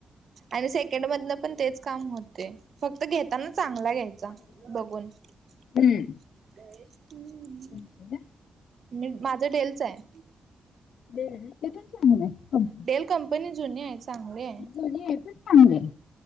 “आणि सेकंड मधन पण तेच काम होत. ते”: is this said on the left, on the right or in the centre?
Right